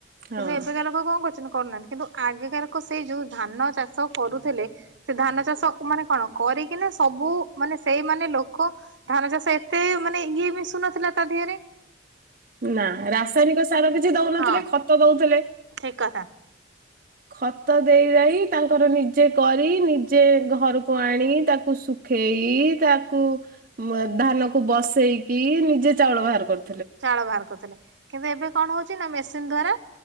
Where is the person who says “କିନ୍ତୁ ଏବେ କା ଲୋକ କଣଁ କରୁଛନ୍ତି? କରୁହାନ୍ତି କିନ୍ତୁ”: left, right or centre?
Right